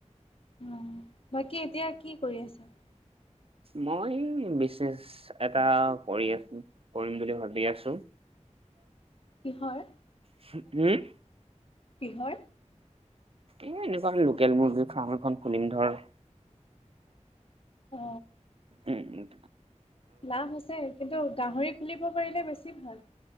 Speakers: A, on the left (about 45°); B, on the right (about 50°).
A: অ', বাকী এতিয়া কি কৰি আছা?
B: মই বিচনেচ, এটা কৰি আছো, কৰিম বুলি ভাবি আছো।
A: কিহৰ?
B: হম?
A: কিহৰ?
B: এ এনেকুৱা লোকেল মুৰ্গীৰ ফাৰ্ম এখন খুলিম ধৰ।
A: অ
B: উম উম।
A: লাভ আছে, কিন্তু গাহৰি খুলিব পাৰিলে বেছি ভাল।